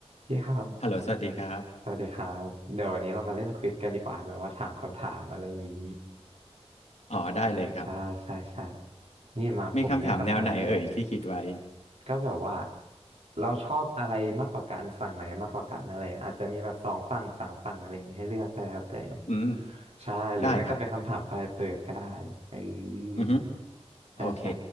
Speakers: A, on the right; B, on the left.
A: พี่ครับ
B: ฮัลโหลสวัสดีครับ
A: สวัสดีครับ เดี๋ยววันนี้เรามาเล่นควิซกันดีกว่าแบบว่าถามคำถามอะไรอย่างนี้
B: อ๋อได้เลยครับ
A: ใช่ใช่ใช่นี่มาผมนึกคำถามได้แหละ
B: มีคำถามแนวไหนเอ่ยที่คิดไว้
A: ก็แบบว่าเราชอบอะไรมากกว่ากันฝั่งไหนมากกว่ากันอะไรอย่างเงี้ยอาจจะมีแบบสองฝั่งสามฝั่งอะไรอย่างงี้ให้เลือกก็แล้วแต่
B: อืม
A: ใช่หรือไม่ก็เป็นคำถามปลายเปิดก็ได้เออ
B: ได้ครับอือฮึ
A: ใช่ใช่
B: โอเค